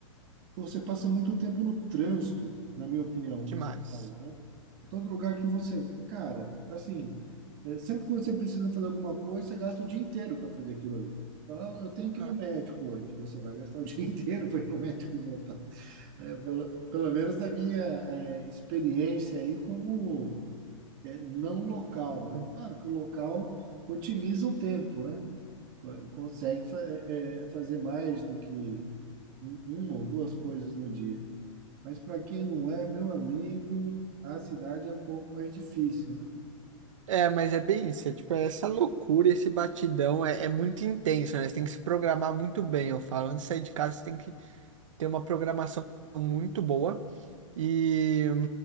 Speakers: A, on the right; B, on the right.
A: você passa muito tempo no trânsito, na minha opinião,
B: Demais.
A: em São Paulo, né? Em todo lugar que você, cara, assim, é, sempre que você precisa fazer alguma coisa, você gasta o dia inteiro para fazer aquilo ali. Você fala, "Ah, eu tenho que
B: Ah,
A: ir no médico hoje. Você vai gastar o <laughs> dia inteiro para ir no médico e voltar. É, pelo, pelo menos da minha é, experiência aí como é, não local, né?
B: sim.
A: Claro que o local otimiza o tempo, né? Co- Consegue fa- é, é, fazer mais do que um- uma ou duas coisas no dia. Mas para quem não é, meu amigo, a cidade é um pouco mais difícil, né?
B: É, mas é bem isso. É, tipo, é essa loucura, esse batidão é, é muito intenso, né? Você tem que se programar muito bem. Eu falo, antes de sair de casa, você tem que ter uma programação muito boa. E